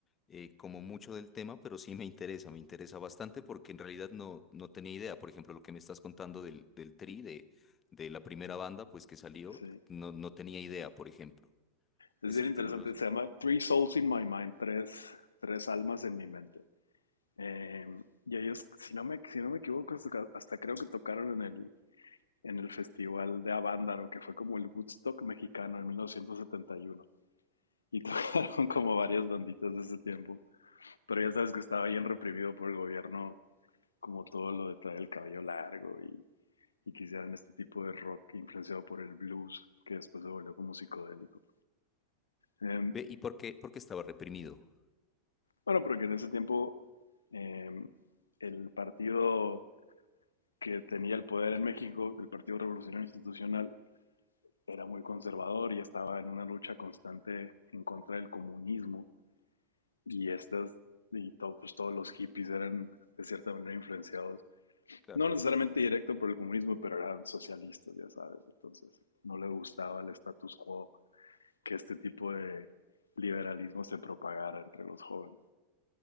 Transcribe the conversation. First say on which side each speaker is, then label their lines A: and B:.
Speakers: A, on the left (about 25°); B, on the left (about 75°).
A: eh, como mucho del tema, pero sí me interesa, me interesa bastante porque en realidad no, no tenía idea. Por ejemplo, lo que me estás contando del, del Tri, de, de la primera banda, pues que salió,
B: Sí.
A: no, no tenía idea, por ejemplo.
B: Es
A: Eso
B: bien interesante,
A: te los...
B: se llama Three Souls in My Mind, tres, tres almas en mi mente. Eh, y ellos, si no me, si no me equivoco, hasta, creo que tocaron en el, en el festival de Avándaro, que fue como el Woodstock mexicano en 1971. Y uno. Y <laughs> tocaron como varias banditas de ese tiempo. Pero ya sabes que estaba bien reprimido por el gobierno, como todo lo de traer el cabello largo y, y que hicieran este tipo de rock influenciado por el blues, que después se volvió como psicodélico. Eh,
A: Ve, ¿Y por qué? Porque estaba reprimido.
B: Bueno, porque en ese tiempo em, el partido que tenía el poder en México, el Partido Revolucionario Institucional, era muy conservador y estaba en una lucha constante en contra del comunismo. Y estas, y to- pues, todos los hippies eran de cierta manera influenciados,
A: Claro,
B: no necesariamente directo por el comunismo, pero eran socialistas, ya sabes. Entonces, no le gustaba el status quo que este tipo de liberalismo se propagara entre los jóvenes.